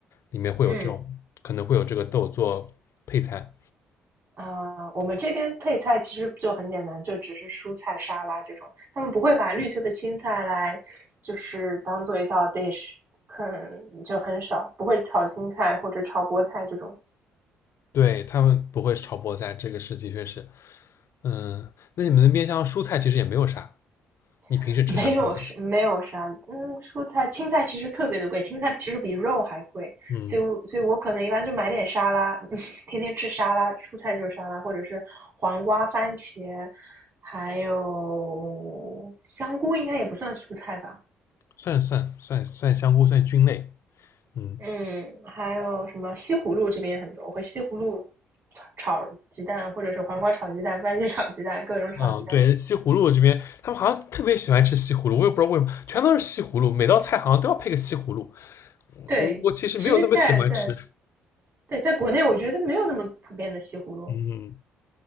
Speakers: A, on the left; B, on the right.
A: 里面会有这种，
B: 嗯
A: 可能会有这个豆做配菜。
B: 啊、我们这边配菜其实就很简单，就只是蔬菜沙拉这种，他们不会把绿色的青菜来，就是当做一道 dish，可能就很少，不会炒青菜或者炒菠菜这种，
A: 对，他们不会炒菠菜，这个是的确是。嗯，那你们那边像蔬菜其实也没有啥，你平时吃啥蔬菜？
B: <laughs> 没有是没有啥，嗯，蔬菜青菜其实特别的贵，青菜其实比肉还贵，
A: 嗯，
B: 所以所以我可能一般就买点沙拉，<laughs> 天天吃沙拉，蔬菜就是沙拉，或者是黄瓜、番茄，还有香菇，应该也不算蔬菜吧。
A: 算算算算香菇算菌类。嗯。
B: 嗯，还有什么西葫芦这边也很多，我会西葫芦炒炒鸡蛋，或者是黄瓜炒鸡蛋、番茄炒鸡蛋，各种炒鸡蛋。
A: 嗯，对，西葫芦这边他们好像特别喜欢吃西葫芦，我也不知道为什么，全都是西葫芦，每道菜好像都要配个西葫芦。
B: 对，
A: 我我其实没有那么喜欢吃，
B: 其实在，在对在国内，我觉得没有那么普遍的西葫芦。
A: 嗯，